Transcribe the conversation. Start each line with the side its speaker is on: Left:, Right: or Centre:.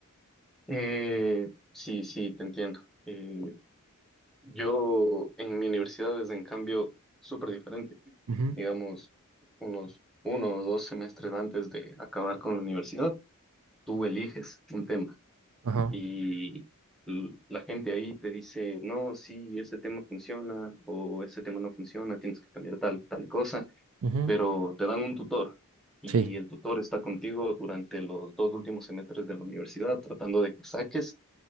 Centre: Eh, sí, sí, te entiendo. Eh, yo en mi universidad es en cambio súper diferente.
Right: Ujú.
Centre: Digamos, unos uno o dos semestres antes de acabar con la universidad, tú eliges un tema
Right: Ajá.
Centre: y l- la gente ahí te dice, no, sí, ese tema funciona o ese tema no funciona, tienes que cambiar tal, tal cosa,
Right: ujú,
Centre: pero te dan un tutor y
Right: Sí.
Centre: el tutor está contigo durante los dos últimos semestres de la universidad tratando de que saques